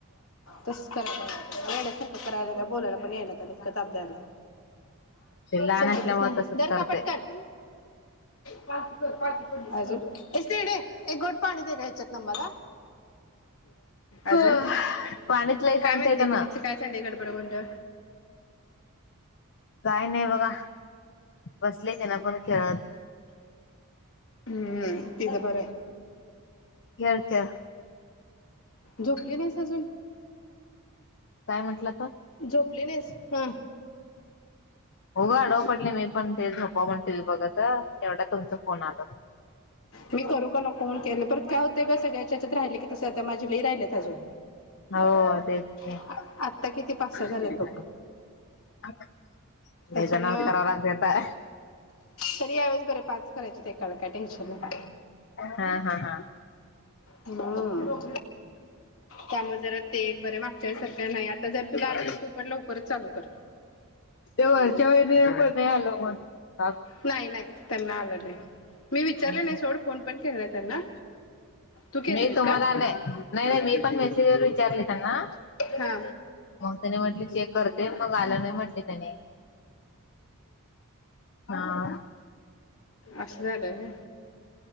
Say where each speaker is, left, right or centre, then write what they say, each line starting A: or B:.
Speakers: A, on the left; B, on the left.
A: तस, करायला वेड्यासारखं करायला लागला बोलायला पण यायना त्याले. किताब द्यायला
B: ते लहान
A: समजतच
B: असल्यामुळे
A: नाही,
B: तसच
A: धर
B: करते.
A: खा पटकन. आजुन, ए <unintelligible> एक घोट पाणी दे ग हेच्यातन मला.
B: हो
A: अजून
B: पाणीच, लई
A: काय
B: सांडते
A: म्हणते
B: त
A: पिलीचं
B: मं
A: काय चाललंय गडबड गोंधळ
B: काय नाही बघा बसली. दे त्यान्ला पण खेळत
A: हम्म तिझ बर आहे.
B: खेळ खेळ.
A: झोपली नाहीस अजून.
B: काय, म्हटलं त
A: झोपली नाहीस हा,
B: हो ग आडव पडले मी पण ते झोपा म्हण टीव्ही बघत तेवढा तुमचा फोन आला
A: मी करू का नको म्हणून केलं पर काय हो ते काय सगळ्याच्या हेच्यात राहील की तस अता माझे लई राहिलेत अजून
B: हो तेच की लयी,
A: आत्ता किती पाच सहा झालेत बघ. अजून
B: जनाव कराव लागतय आता.
A: तरी यावेळेस बरे पाच करायचे ते त्याला काय टेंशन नाय
B: हा हा
A: ह त्यामुळे जरा ते एक बरे वाग सरक नाही आता, जरी तुला आल
B: हा
A: तरी तू पण लवकरच चालू कर.
B: ते वरच्या वहिनीला पण नाही आलं पण टास्क.
A: नाही नाही त्यांना आला नाही? मी विचारले
B: हम्म
A: नाही सोड फोन पण केला नाही. त्यांना तू केलतीस
B: मी तुम्हाला
A: का?
B: आ नाही नाही मी पण मेसेज वर विचारले त्यांना
A: हा.
B: मग त्यानी म्हटले चेक करते मग आलं नाही म्हटले त्यानी हां.
A: अस झालं व्हय